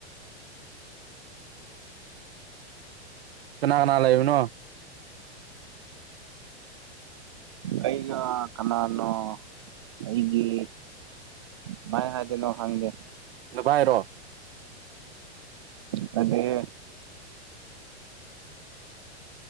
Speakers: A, on the right; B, on the right.
A: ꯀꯅꯥ ꯀꯅꯥ ꯂꯩꯕꯅꯣ
B: ꯑꯩꯒ ꯀꯅꯥꯅꯣ ꯑꯩꯒꯤ ꯀꯃꯥꯏ ꯍꯥꯏꯗꯣꯏꯅꯣ ꯍꯪꯗꯦ
A: ꯅꯚꯥꯏꯔꯣ
B: ꯅꯠꯇꯦꯍꯦ